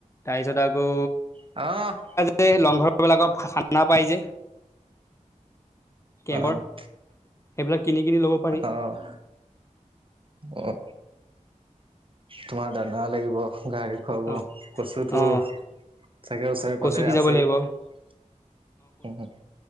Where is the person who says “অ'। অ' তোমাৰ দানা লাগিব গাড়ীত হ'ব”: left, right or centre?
Right